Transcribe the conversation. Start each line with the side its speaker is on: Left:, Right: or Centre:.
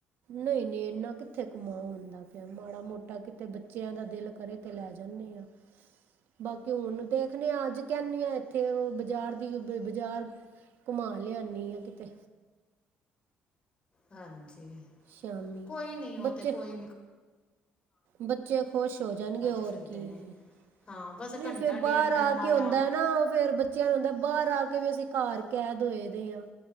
Right: ਨਈ-ਨਈ ਇਨਾ ਕਿੱਥੇ ਕੁਮਾ ਹੁੰਦਾ ਪਿਆ‌। ਮਾੜਾ-ਮੋਟਾ ਕਿਤੇ ਬੱਚਿਆਂ ਦਾ ਦੇਲ ਕਰੇ ਤੇ ਲੈ ਜਾਂਣੇ ਆਂ। ਬਾਕੀ ਹੁਣ ਦੇਖਣੇ ਆਂ ਅੱਜ ਕੈਣੀ ਆਂ ਏਥੇ ਅ ਬਜ਼ਾਰ ਦੀ ਬ-ਬਜ਼ਾਰ ਘੁਮਾ ਲਿਆਣੀ ਆ ਕਿਤੇ।
Left: ਹਾਂਜੀ,
Right: ਸ਼ਾਮੀ
Left: ਕੋਈ ਨੀ ਓਹ
Right: ਬੱਚੇ
Left: ਤੇ ਕੋਈ ਨੀ।
Right: ਬੱਚੇ ਖੋਸ਼ ਹੋ ਜਾਣਗੇ, ਹੋਰ
Left: ਫਿਰਦੇ
Right: ਕੀ
Left: ਨੇ
Right: ਏ।
Left: ਹਾਂ ਬਸ
Right: ਨੀ
Left: ਘੰਟਾ
Right: ਫੇਰ ਬਾਰ
Left: ਡੇਢ ਦਾ
Right: ਆ
Left: ਮਾੜਾ
Right: ਕੇ ਹੂੰਦਾ ਨਾ ਔ ਫੇਰ ਬੱ ਚਿਆਂ ਨੂੰ ਹੂੰਦਾ ਬਾਰ ਆ ਕੇ ਵੀ ਅਸੀਂ ਘਾਰ ਕੈਦ ਹੋਏ ਦੇ ਆਂ,